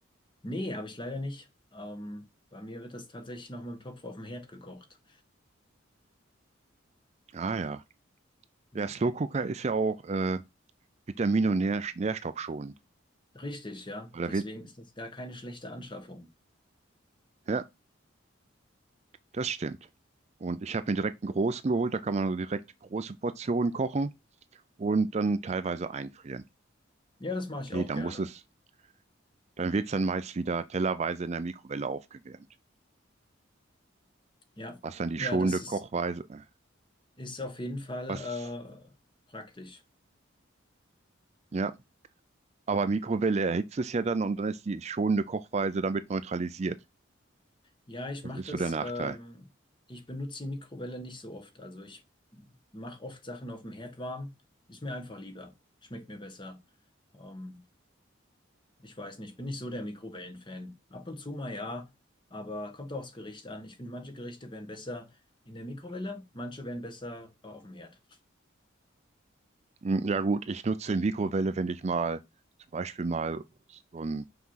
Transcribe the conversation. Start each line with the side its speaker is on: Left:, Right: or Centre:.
Left: Nee, habe ich leider nicht. Ähm, bei mir wird das tatsächlich noch mit dem Topf auf dem Herd gekocht.
Right: Ah ja.
Left: Ja.
Right: Ja, Slow-Cooker ist ja auch äh, vitamin- und Nähr nährstoffschonend.
Left: Richtig, ja.
Right: Weil da
Left: Deswegen
Right: wird,
Left: ist das gar keine schlechte Anschaffung.
Right: ja, das stimmt. Und ich habe mir direkt einen großen geholt, da kann man so direkt große Portionen kochen und dann teilweise einfrieren.
Left: Ja, das mache
Right: Okay,
Left: ich auch
Right: da
Left: gerne.
Right: muss es, dann wird es dann meist wieder tellerweise in der Mikrowelle aufgewärmt.
Left: Ja,
Right: Was dann die
Left: ja,
Right: schonende
Left: das
Right: Kochweise,
Left: ist,
Right: äh,
Left: ist auf jeden Fall
Right: was,
Left: äh, praktisch.
Right: ja, Aber Mikrowelle erhitzt es ja dann und dann ist die schonende Kochweise damit neutralisiert.
Left: Ja, ich
Right: Das
Left: mache
Right: ist
Left: das.
Right: so der Nachteil.
Left: Ähm, ich benutze die Mikrowelle nicht so oft. Also ich mache oft Sachen auf dem Herd warm. Ist mir einfach lieber. Schmeckt mir besser. Ähm, Ich weiß nicht, ich bin nicht so der Mikrowellenfan. Ab und zu mal ja, aber kommt auch aufs Gericht an. Ich finde, manche Gerichte wären besser in der Mikrowelle, manche wären besser auf dem Herd.
Right: Hm, Ja gut, ich nutze die Mikrowelle, wenn ich mal zum Beispiel mal so ein